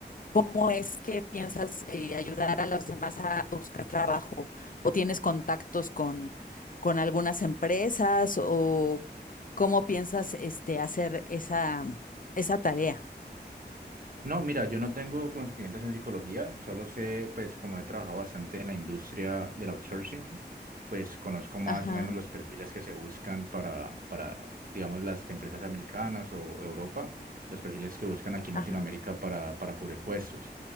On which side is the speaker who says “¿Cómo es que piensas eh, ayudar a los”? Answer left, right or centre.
Left